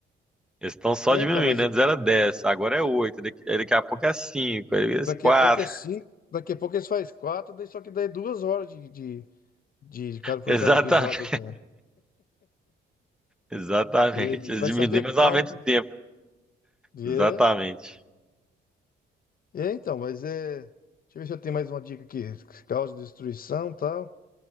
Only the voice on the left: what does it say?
É,
então, mas
Daqui
a pouco é cinco,
daqui a pouco eles faz quatro, daí só que daí é duas horas de, de, de, de cada, por
cada episódio. aí também.
Eles
vai
se adequando,
né?
E
É, é, então, mas é. Deixa eu ver se eu tenho mais uma dica aqui. Causa de destruição e tal.